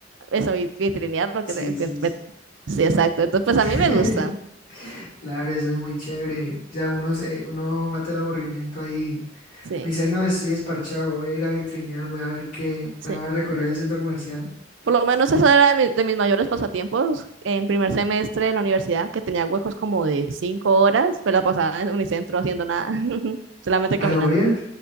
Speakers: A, on the right (about 70°); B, on the left (about 45°).
A: eso, y vitrinear lo
B: Sí,
A: que sea. vit-
B: sí, sí.
A: vit- Sí, exacto. Entonces, pues
B: <laughs>
A: a mí me gusta,
B: Claro, eso es muy chévere. O sea, uno, se, uno mata el aburrimiento ahí.
A: sí,
B: Me dice, no, estoy desparchado, voy a ir a vitrinear, voy a ver qué, voy
A: sí.
B: a recorrer el centro comercial.
A: Por lo menos eso era de, mi- de mis mayores pasatiempos en primer semestre de la universidad, que tenía huecos como de cinco horas, pues la pasaba en Unicentro haciendo nada, <laughs> solamente
B: ¿A
A: caminando.
B: lo bien?